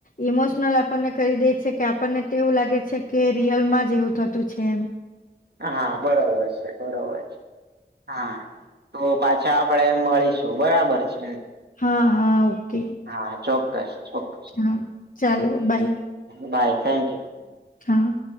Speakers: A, on the left (about 50°); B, on the right (about 65°).
A: ઈમોશનલ આપણને કરી દે છે કે આપણને તો એવું લાગે છે કે રિયલમાં જ એવું થતું છે એમ
B: હા બરોબર છે બરોબર છે. હા તો પાછા આપડે મળીશું બરાબર છે ને
A: હા હા ઓકે
B: હા ચોક્કસ ચોક્કસ
A: હા ચાલો બાય
B: બાય થેન્ક યુ
A: હા